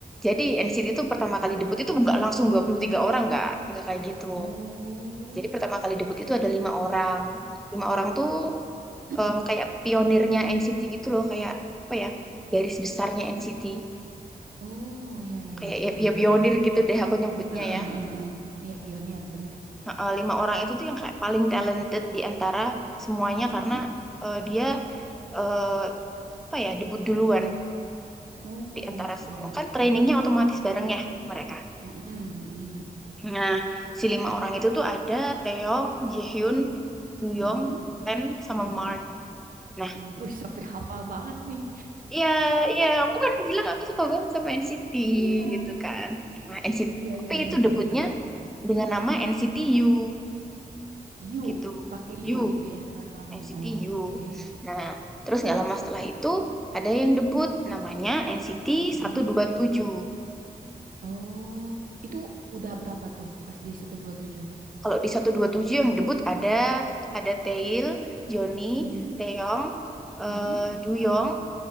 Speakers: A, in the centre; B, on the right.
A: jadi NCT itu pertama kali debut itu nggak langsung dua puluh tiga orang nggak, nggak kayak gitu.
B: Oh.
A: Jadi pertama kali debut itu ada lima orang. Lima orang tuh
B: <clears throat>
A: eh, kayak pionirnya NCT gitu loh, kayak apa ya? Garis besarnya NCT.
B: Oh, ya ya
A: kayak
B: ya, paham
A: ya, ya
B: paham.
A: pionir gitu deh aku nyebutnya
B: Heeh,
A: ya.
B: heeh, heeh. Iya pionir, bener.
A: Eh, eh, lima orang itu tuh yang kayak paling talented di antara semuanya
B: Mm.
A: karena eh, dia eh, apa ya debut duluan
B: Oh,
A: di antara
B: iya.
A: semua kan trainingnya otomatis bareng ya mereka.
B: Mm-mm, mm-mm,
A: Nah si lima orang itu tuh ada Taeyong, Jaehyun,
B: mm-mm,
A: Yong, Pen sama
B: mm-mm,
A: Mark. Nah
B: mm. Wih, sampai hafal banget nih.
A: iya iya aku kan bilang aku suka banget sama NCT
B: <laughs> Iya.
A: gitu kan. Nah NCT
B: Iya,
A: tapi
B: iya,
A: itu
B: bener-bener.
A: debutnya dengan nama NCT U
B: Yu,
A: gitu.
B: pakai yu
A: U.
B: gitu ya labelnya.
A: NCT
B: Oh,
A: U.
B: oke.
A: Nah, terus nggak lama setelah itu ada yang debut namanya NCT
B: Mm-mm.
A: tujuh.
B: Oh, itu udah berapa tuh pas di 127?
A: Kalau di satu dua tujuh yang debut ada ada Tail, Johnny,
B: Mm-mm.
A: Taeyong, eh
B: Mm-mm.
A: Duyong,